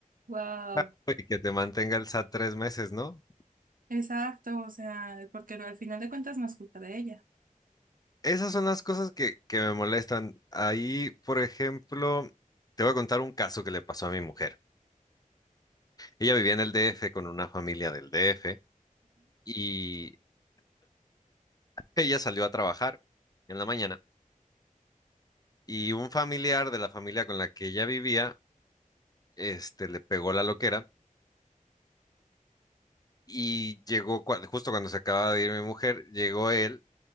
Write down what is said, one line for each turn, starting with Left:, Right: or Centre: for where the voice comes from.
Right: wow,
Left: Ah, Y que te mantenga el SAT tres meses, ¿no?
Right: exacto, o sea, porque al final de cuentas no es culpa de ella.
Left: Esas son las cosas que, que me molestan. Ahí, por ejemplo, te voy a contar un caso que le pasó a mi mujer. Ella vivía en el DF con una familia del DF y ella salió a trabajar en la mañana y un familiar de la familia con la que ella vivía este, le pegó la loquera y llegó, cua- justo cuando se acaba de ir mi mujer, llegó él,